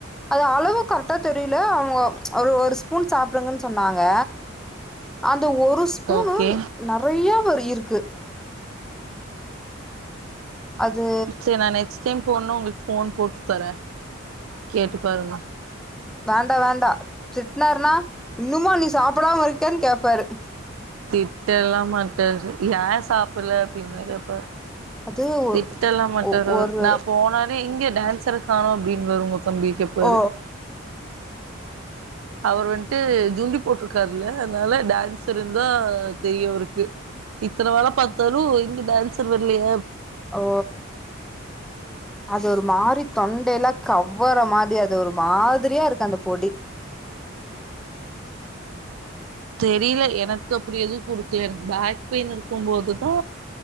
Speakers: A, in the centre; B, on the right (about 80°).
A: அது அளவு கரெட்டா தெரியல அவுங்க ஒரு ஒரு ஸ்பூன் சாப்புடுங்க சொன்னாங்க அந் ஒரு ஸ்பூன்னு
B: ஓகே
A: நிறைய வரி இறுக்கு அது
B: சரி நான் நெக்ஸ்ட் டைம் போடனும் உங்க ஓன் போடு பற கேட்டு பாருங்க
A: வன் இல்ல வேண்டா திட்டுனாருனா இன்னுமா நீ சாப்பிடாம இருக்கன்னு கேப்பாரு
B: திட்ட எல்லாம் மாட்டாரு ஏன் சாப்புல அப்பிடினு கேப்பாரு
A: அது ஒ
B: திட்டலாம் மட்டாரு
A: ஒ ஒரு
B: நான் போனாலே இங்க டான்ஸ் இருக் காணு அப்படின்னு வருவோ தம்பி கேப்பரு
A: ஓ
B: அவர் வன்டு சுங்கி போட்டிருக்காருல்ல அதுனால டான்சர்ந்தான் தெரியவருக்கு இத்தன வேலை பார்த்தாலும் இங்க டான்சர் வரலைய
A: ஓ அது ஒரு மாறித் தொண்டையல்லாம் கவ்வற மாதிரி அது ஒரு மாதிரியா இருக்கு அந்த பொடி
B: தெரியல எனக்கு அப்டி எதும் குடுக்கல என பேக் பெயின் இருக்கும் போதுதா